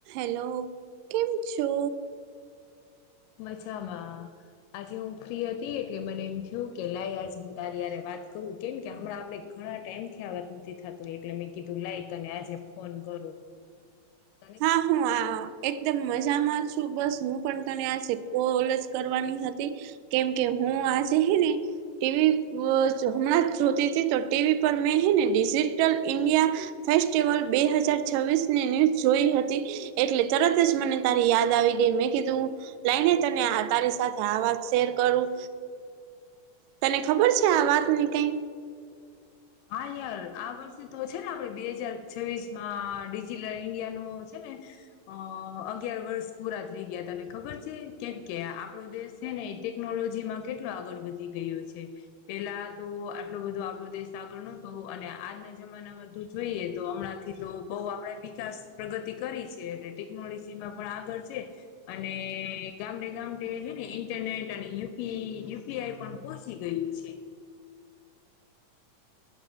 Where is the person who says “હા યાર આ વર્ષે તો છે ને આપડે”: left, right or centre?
Left